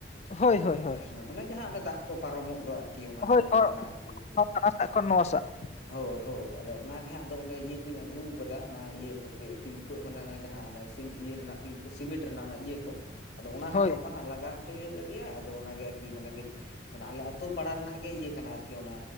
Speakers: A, on the left; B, on the left.
A: ᱦᱳᱭ ᱦᱳᱭ ᱦᱳᱭ᱾
B: ᱚᱱᱮ ᱦᱮᱸ ᱚᱱᱮ ᱡᱟᱦᱟᱸ ᱚᱱᱮ ᱫᱟᱜᱽ ᱠᱚ ᱯᱟᱨᱚᱢᱚᱜ ᱫᱚ ᱟᱨᱠᱤ ᱚᱱᱟ
A: ᱦᱳᱭ
B: ᱚᱱᱟ ᱨᱮᱱᱟᱜ ᱟᱨᱠᱤ
A: ᱦᱟᱱᱟ ᱥᱟᱜ ᱠᱷᱚᱱ ᱱᱚᱣᱟ ᱥᱟᱜ
B: ᱦᱳᱭ᱾ ᱦᱳᱭ ᱟᱫᱚ ᱚᱱᱟᱜᱮ ᱦᱟᱸᱜ ᱟᱫᱚ ᱚᱸᱰᱮ ᱤᱭᱟᱹ ᱠᱚᱧ ᱟᱹᱜᱩ ᱟᱠᱟᱫᱟ ᱚᱱᱟ ᱤᱭᱟᱹ ᱠᱚ ᱯᱤᱞᱯᱷᱟᱹ ᱢᱟᱱᱮ ᱚᱱᱟ ᱡᱟᱦᱟᱸ ᱚᱱᱮ ᱥᱤᱢ ᱤᱭᱟᱹ ᱨᱮᱱᱟᱜ, ᱯᱤᱞᱯᱷᱟᱹ ᱥᱤᱢᱮᱱᱴ ᱨᱮᱱᱟᱜ ᱚᱱᱟ ᱤᱭᱟᱹ ᱠᱚ ᱟᱫᱚ ᱚᱱᱟ ᱦᱟᱸᱜ
A: ᱦᱳᱭ
B: ᱜᱟᱯᱟ ᱦᱟᱸᱜ ᱞᱟᱜᱟᱣ, ᱦᱚᱪᱚ ᱦᱩᱭᱩᱜ ᱞᱟᱹᱜᱤᱫᱼᱟ᱾ ᱟᱫᱚ ᱚᱱᱟᱜᱮ ᱟᱨᱠᱤ ᱢᱟᱱᱮ ᱠᱟᱹᱡ, ᱢᱟᱱᱮ ᱟᱞᱮ ᱟᱛᱳ ᱯᱟᱲᱟ ᱨᱮᱱᱟᱜ ᱜᱮ ᱤᱭᱟᱹ ᱠᱟᱱᱟ ᱟᱨᱠᱤ ᱚᱱᱟ